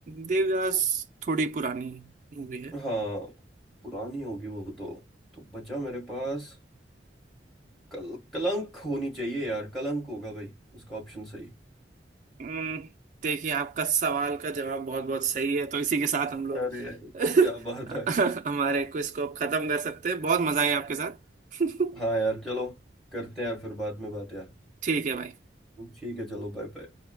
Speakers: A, on the right (about 45°); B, in the centre.
A: देवदास थोड़ी पुरानी मूवी है
B: हाँ पुरानी होगी वो तो तो बचा मेरे पास कल कलंक होनी चाहिए यार कलंक होगा भाई उसका ऑप्शन सही
A: हम्म, देखिए आपका सवाल का जवाब बहुत बहुत सही है तो इसी के साथ हम लोग
B: अरे अरे
A: <laughs>
B: क्या बात है
A: हमारे क्विज को अब खत्म कर सकते हैं बहुत मजा आया आपके साथ <laughs>
B: हाँ यार चलो करते हैं फिर बाद में बात यार
A: ठीक है भाई
B: ठीक है चलो बाय बाय